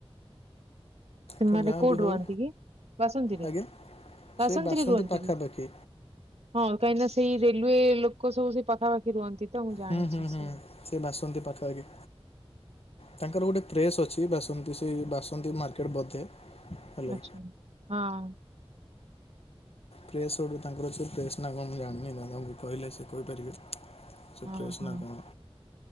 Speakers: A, on the right (about 75°); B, on the left (about 70°).
A: ସେମାନେ
B: ତ ଯାହା
A: କୋଉଠି
B: ବି ହଉ
A: ରୁହନ୍ତି କି ବାସନ୍ତିରେ
B: ଆଜ୍ଞା
A: ବାସନ୍ତିରେ
B: ସେ ବାସନ୍ତି
A: ରୁହନ୍ତି
B: ପାଖାପାଖି
A: କି? ହଁ କାହିଁକି ନା ସେଇ ରେଲିୱେ ଲୋକ ସବୁ ସେଇ ପାଖାପାଖି ରୁହନ୍ତି। ତ ମୁଁ ଜାଣିଛି
B: ହୁଁ ହୁଁ ହୁଁ
A: ସେ
B: ସେ ବାସନ୍ତି ପାଖାପାଖି। ତାଙ୍କର ଗୋଟେ କ୍ରେସ୍ ଅଛି ବାସନ୍ତି ସେ ବାସନ୍ତି ମାର୍କେଟ୍ ବୋଧେ? ହେଲା
A: ଆଛା
B: କି
A: ଆଛା ହଁ।
B: ପ୍ରେସ୍ ସଡ଼ୁ ତାଙ୍କର ଅଛି ସେ ପ୍ରେସ୍ ନା କଣ ମୁଁ ଜାଣିନି ନା ଏବଂ ତାଙ୍କୁ କହିଲେ ସେ କହିପାରିବେ। ସେ
A: ହଁ
B: ପ୍ରେସ୍
A: ହଁ
B: ନାଆ କଣ?